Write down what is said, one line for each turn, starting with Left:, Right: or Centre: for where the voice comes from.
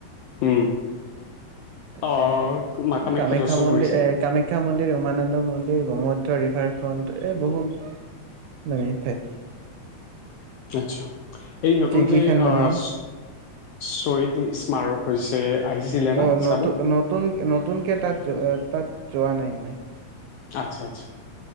Left: উম!
Right: তাতে
Left: অ' মা
Right: কামাখ্যা
Left: দৰ্শন
Right: মন্দিৰ
Left: কৰিছে
Right: এ কামাখ্যা মন্দিৰ উমানন্দ মন্দিৰ। ব্ৰহ্মত্ৰ ৰিভাৰ ফ্ৰণ্ট এই বহুত মানে ঠাইত
Left: আচ্ছা এই নতুন
Right: যিকেইখন
Left: যে
Right: মানে
Left: আহ শহীদ স্মাৰক হৈছে। আহিছিলে না
Right: অ নতুন
Left: চাব
Right: নতুন নতুনকে তাত তাত যোৱা নাই মই
Left: আচ্ছা আচ্চা!